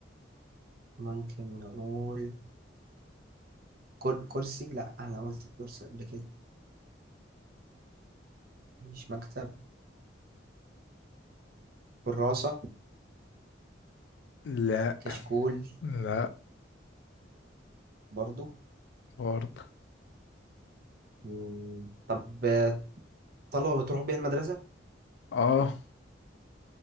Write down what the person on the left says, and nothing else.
لا
لا
برضو
اه